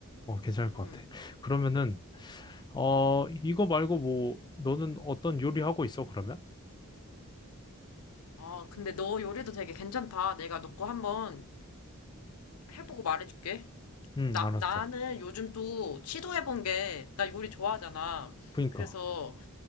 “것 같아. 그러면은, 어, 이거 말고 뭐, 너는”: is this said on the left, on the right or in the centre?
Left